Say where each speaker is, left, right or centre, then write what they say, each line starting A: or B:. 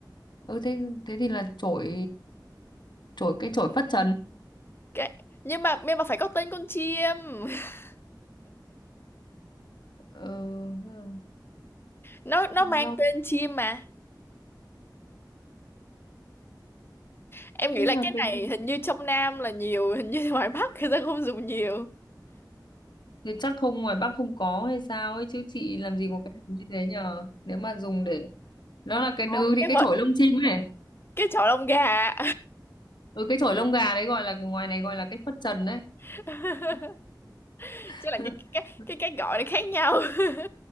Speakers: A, on the left; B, on the left.
A: Ừ, thế thế thì là chổi chổi cái chổi phất trần.
B: cái nhưng mà nhưng mà phải có tên con chim <laughs>
A: Ờ, ừ.
B: nó nó
A: Nó
B: mang tên chim mà em nghĩ
A: thế
B: là
A: là
B: cái
A: cái
B: này
A: gì?
B: hình như trong Nam là nhiều hình như ngoài Bắc người ta không dùng nhiều
A: Thế chắc không ngoài Bắc không có hay sao ấy chứ chị làm gì có cái đồ như thế nhờ. Nếu mà dùng để nó là cái
B: Còn
A: ừ, thì
B: cái
A: cái
B: vật
A: chổi lông chim ấy.
B: cái chọi lông gà
A: Ừ cái chổi lông gà đấy gọi là ngoài này gọi là cái phất trần đấy.
B: <laughs>
A: <laughs>
B: chứ là cái cái cái cái gọi nó khác nhau <laughs>